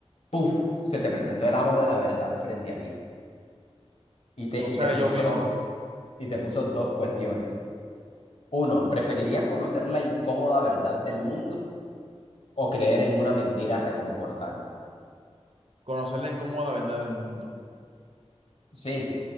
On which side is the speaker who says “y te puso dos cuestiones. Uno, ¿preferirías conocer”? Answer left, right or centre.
Left